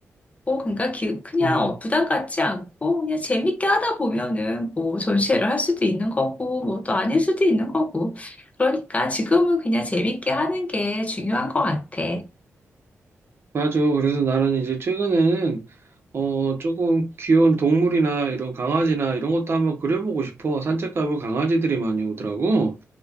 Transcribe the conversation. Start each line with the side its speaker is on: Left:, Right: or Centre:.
Left: 뭐, 그러니까 기- 그냥
Right: 음.
Left: 어, 부담 갖지 않고 그냥 재밌게 하다 보면은 뭐 전시회를 할 수도 있는 거고 뭐 또 아닐 수도 있는 거고 그러니까 지금은 그냥 재밌게 하는 게 중요한 것 같아.
Right: 맞아. 그래서 나는 이제 최근에는 어 조금 귀여운 동물이나 이런 강아지나 이런 것도 한번 그려보고 싶어. 산책 가면 강아지들이 많이 오더라고.